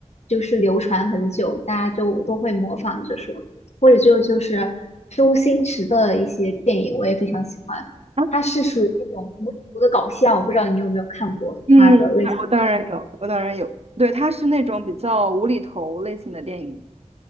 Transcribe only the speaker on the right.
啊。
嗯，我我当然有，
我当然有。对，它是那种比较无厘头类型的电影。